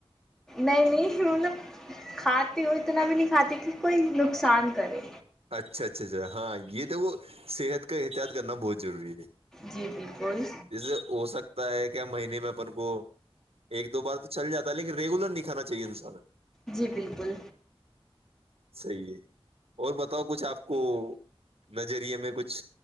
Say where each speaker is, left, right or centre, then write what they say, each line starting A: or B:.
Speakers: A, in the centre; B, on the right.
A: نہیں نہیں ہ کھا وہ اتنا بھی نہیں کھاتے کہ کوئی نقصان کرے
B: اچھا اچھا اچھا ہاں یہ تو وہ صحت کا احتیاط کرنا بہت ضروری ہے
A: جی بالکل
B: جیسے ہو سکتا کیا مہینے میں اپن کو ایک دو بار تو چل جاتا ہے لیکن ریگولر نہیں کھانا چاہیے انسان کو
A: جی بالکل
B: صحیح ہے اور بتا بتاؤ کچھ آپ کو نظریے میں کچھ